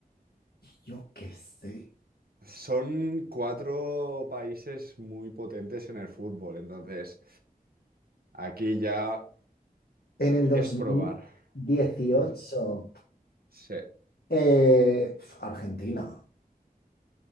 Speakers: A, on the left; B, on the right.
A: yo qué sé.
B: Son cuatro países muy potentes en el fútbol, entonces aquí ya
A: En el 2018,
B: es probar. D- Sí.
A: eh, pf, Argentina.